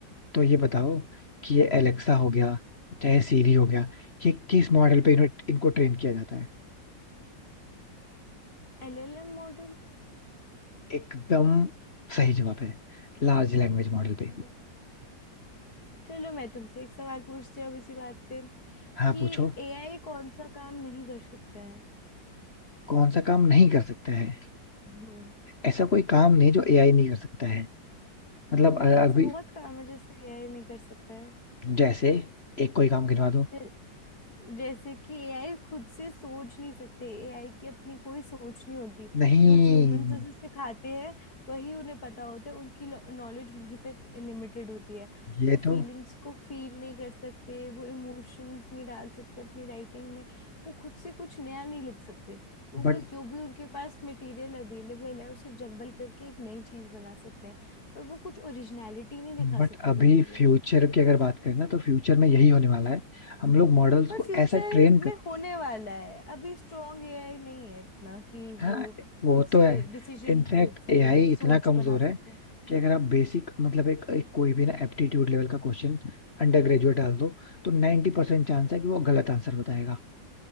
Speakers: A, on the left (about 35°); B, on the left (about 50°).
A: तो ये बताओ कि ये एलेक्सा हो गया चाहे सीरी हो गया ये किस मॉडल पे इन्हें- इनको ट्रेन किया जाता है
B: LLM model
A: एकदम सही जवाब है लार्ज लैंग्वेज मॉडल पे
B: अरे चलो मैं तुमसे एक सवाल पूछती हूँ अब इसी बात पे
A: हाँ
B: कि
A: पूछो
B: एआई कौन सा काम नहीं कर सकता है
A: कौन सा काम नहीं कर सकता है
B: हम्म
A: ऐसा कोई काम नहीं जो एआई नहीं कर सकता है मतलब
B: नहीं
A: अ,
B: ऐसे
A: अभी
B: बहुत काम है जैसे एआई नहीं कर सकता
A: जैसे एक कोई काम गिनवा दो
B: है जैसे कि एआई खुद से सोच नहीं सकते एआई की अपनी कोई सोच नहीं होती
A: नहीं
B: जो ह्यूमंस उसे सिखाते हैं वही उन्हें पता होता है उनकी नॉलेज वहीं तक लिमिटेड होती है
A: ये
B: वो फीलिंग्स
A: तो
B: को फील नहीं कर सकते वो इमोशंस नहीं डाल सकते अपनी राइटिंग में वो खुद से कुछ नया नहीं लिख सकते वो बस
A: बट
B: जो भी उनके पास मटेरियल अवेलेबल है उसे जंबल करके एक नई चीज बना सकते हैं पर वो कुछ ओरिजिनलिटी नहीं दिखा
A: बट
B: सकते
A: अभी
B: कभी भी
A: फ्यूचर की अगर बात करें ना तो फ्यूचर में यही होने वाला है हम लोग मॉडल्स
B: पर
A: को
B: फ्यूचर
A: ऐसा ट्रेन
B: में
A: करते
B: होने वाला है अभी स्ट्रॉन्ग एआई नहीं है इतना कि वो
A: हैं हाँ वो
B: खुद से
A: तो है
B: डिसीजंस
A: इनफैक्ट
B: ले सके
A: एआई
B: सोच
A: इतना कमजोर
B: बना सके
A: है कि अगर आप बेसिक मतलब एक, एक कोई भी ना एप्टीट्यूड लेवल का क्वेश्चन अंडर ग्रेजुएट डाल दो तो 90% परसेंट चांस है कि वो गलत आंसर बताएगा